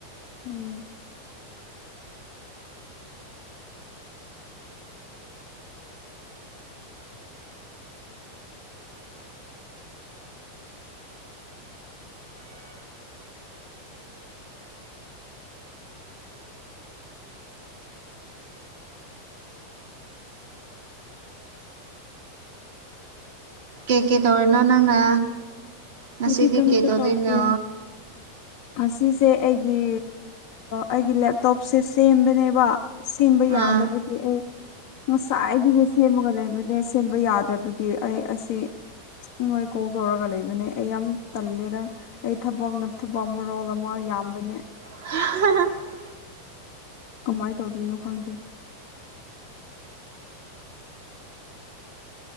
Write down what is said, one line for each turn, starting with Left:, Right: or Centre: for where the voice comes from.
Left: ꯎꯝ
Right: ꯀꯦ ꯀꯦ ꯇꯧꯔꯤꯅꯣ ꯅꯪꯅ ꯉꯁꯤꯗꯤ
Left: ꯑꯩꯗꯤ ꯀꯝ
Right: ꯀꯩ
Left: ꯄ
Right: ꯇꯧꯗꯣꯏꯅꯣ
Left: ꯇꯥꯎꯗꯦ ꯑꯁꯤꯁꯦ ꯑꯩꯒꯤ ꯑꯩꯒꯤ ꯂꯦꯞꯇꯣꯞꯁꯦ ꯁꯦꯝꯕꯅꯦꯕ ꯁꯦꯝꯕ ꯌꯥꯗꯕꯒꯤ
Right: ꯑꯥ
Left: ꯑꯩ ꯉꯁꯥꯏꯗꯒꯤ ꯁꯦꯝꯃꯒ ꯂꯩꯕꯅꯦ ꯁꯦꯝꯕ ꯌꯥꯗꯕꯒꯤ ꯑꯩ ꯑꯁꯤ ꯅꯣꯏ ꯀꯣꯜ ꯇꯧꯔꯒ ꯂꯩꯕꯅꯦ ꯑꯩ ꯌꯥꯝ ꯇꯜꯂꯦꯗ ꯑꯩ ꯊꯕꯛ ꯅꯞꯊꯕ ꯑꯃ ꯑꯃ ꯔꯣꯜ ꯑꯃ ꯌꯥꯝꯕꯅꯦ
Right: <unintelligible>
Left: ꯀꯃꯥꯏꯅ ꯇꯧꯗꯣꯏꯅꯣ ꯈꯪꯗꯦ